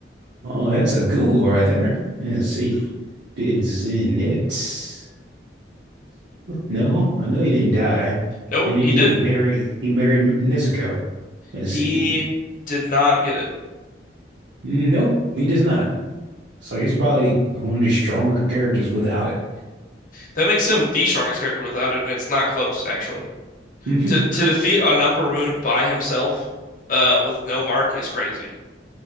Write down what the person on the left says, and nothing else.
nope
he
didn't
he
did not get it
That makes him the strongest character without it, and it's not close, actually.
To to defeat an Upper Moon by himself, uh, with no mark is crazy.